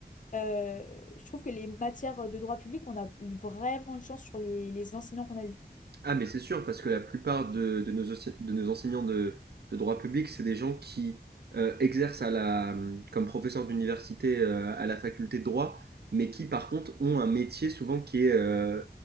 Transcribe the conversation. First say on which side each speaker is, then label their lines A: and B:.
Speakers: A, on the left; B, on the right.
A: Euh, je trouve que les matières de droit public, on a eu vraiment de chance sur les, les enseignants qu'on a eu.
B: Ah, mais c'est sûr, parce que la plupart de, de nos, ense- de nos enseignants de, de droit public, c'est des gens qui euh, exercent à la, hum, comme professeur d'université euh, à la faculté de droit, mais qui par contre ont un métier souvent qui est, euh,